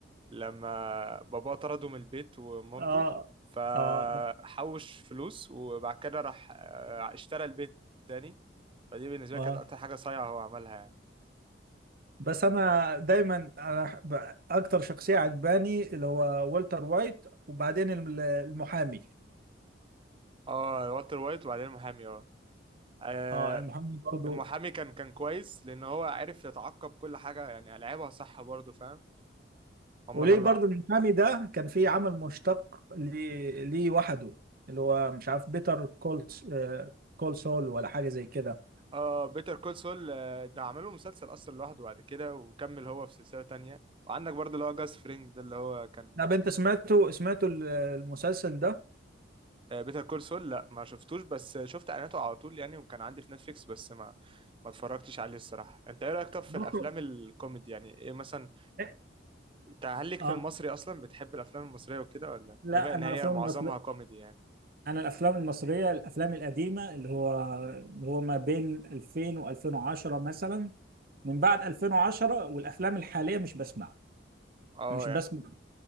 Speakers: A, on the right; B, on the right.
A: لما باباه طرده من البيت ومامته
B: آه
A: فحوش
B: آه
A: فلوس وبعد كده راح آه، اشترى البيت تاني فدي بالنسبة
B: آه
A: لي كانت أكتر حاجة صايعة هو عملها يعني
B: بس أنا دايما أنا ب- أكتر شخصية عجباني اللي هو والتر وايت وبعدين الم- المحامي
A: اه والتر وايت وبعدين المحامي اه آه،
B: آه المحامي برضو
A: المحامي كان كان كويس لأن هو عرف يتعقب كل حاجة يعني لعبها صح برضه فاهم هما
B: وليه
A: طلع
B: برضو المحامي ده كان في عمل مشتق ليه ليه وحده اللي هو مش عارف بيتر كول كول سول ولا حاجة زي كده
A: اه بيتر كول سول ده عمله مسلسل أصلا لوحده بعد كده وكمل هو في سلسلة تانية وعندك برضه اللي هو جاس فرينج ده اللي هو كان
B: طب انت سمعته سمعته ال- المسلسل ده
A: بيتر كول سول لا ما شفتوش بس شفت اعلاناته على طول يعني وكان عندي في نتفليكس بس ما ما اتفرجتش عليه الصراحه انت ايه رايك طب في
B: بصوا
A: الافلام الكوميدي يعني ايه مثلا
B: إيه؟
A: انت هل ليك
B: اه
A: في المصري اصلا بتحب الافلام المصريه وكده ولا
B: لا
A: بما ان
B: انا
A: هي
B: الافلام
A: معظمها
B: المصرية
A: كوميدي يعني
B: انا الافلام المصريه الافلام القديمه اللي هو اللي هو ما بين 2000 و2010 مثلا من بعد 2010 والافلام الحاليه مش بسمع
A: اه
B: مش بسمع
A: يعني